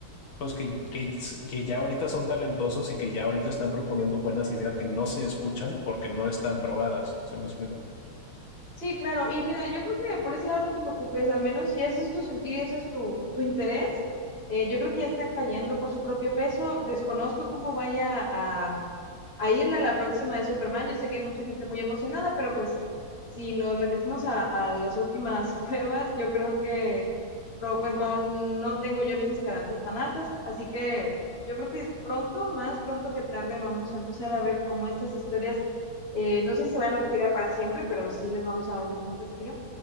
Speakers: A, on the left; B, on the left.
A: pues que, que, que ya ahorita son talentosos y que ya ahorita están proponiendo buenas ideas que no se escuchan porque no están probadas, ¿sí me explico?
B: Sí, claro. Y mira, yo creo que por ese lado no te preocupes, al menos si ese es tu sentir y ese es tu, tu interés, eh, yo creo que ya están cayendo por su propio peso. Desconozco cómo vaya a, a irle a la próxima de Superman. Yo sé que hay mucha gente muy emocionada, pero pues si nos remitimos a, a las últimas <laughs> pruebas, yo creo que pro- pues no, no tengo yo mis esperanzas tan altas. Así que yo creo que pronto, más pronto que tarde, vamos a empezar a ver cómo estas historias eh, no sé si se van a retirar para siempre, pero sí les vamos a dar un, un respiro.